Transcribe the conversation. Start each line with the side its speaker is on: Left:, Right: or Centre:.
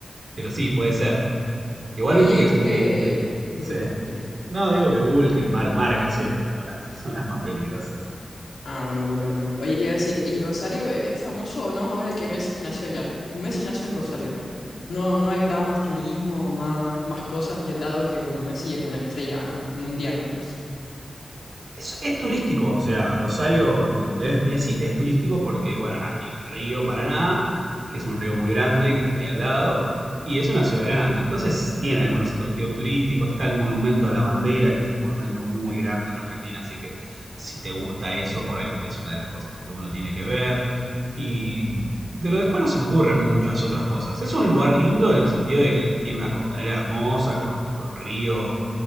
Right: Pero sí, puede ser. Igual,
Left: Oye,
Right: viste
Left: ¿y
Right: que,
Left: tú
Right: Gu-
Left: qué?
Right: que, que-
Left: Disculpa,
Right: sí.
Left: dime.
Right: No, digo que Google que mar- marca siempre como las <laughs> zonas más peligrosas.
Left: Ah, bueno, por lo menos. Oye, te iba a decir, ¿y Rosario e- es famoso o no? Ahora que Messi nació allá, ¿no? Que Messi nació en Rosario, ¿no? No, no habrá más turismo, más, más cosas, ya dado que, bueno, Messi es una estrella mundial, ¿no?
Right: Es, es turístico, o sea, Rosario, de donde es Messi, es turístico porque, bueno, nada, tiene el río Paraná, que es un río muy grande que está ahí al lado, y es una ciudad grande. Entonces tiene algunos atractivos turísticos, está el monumento a la bandera, que es un monumento muy grande en Argentina, así que si te gusta eso, por ahí es una de las cosas que uno tiene que ver. Y, pero después no se me ocurren muchas otras cosas. Es un lugar lindo en el sentido de que tiene una costanera hermosa, con, con río